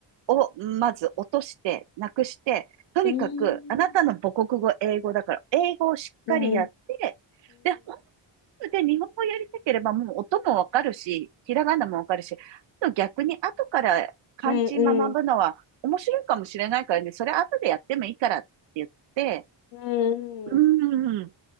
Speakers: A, on the right (about 70°); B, on the left (about 75°).
A: をまず落として、なくして、とにかくあなたの母国語、
B: うん、うん、
A: 英語だから、英語をしっかりやって、
B: うん、
A: で、本当で日本語やりたければもう音もわかるし、ひらがなもわかるし、あと逆に後から漢字学ぶのは面白いかもしれないからね、
B: うん、
A: それ後でやってもいいからって言って、
B: うん、
A: うん、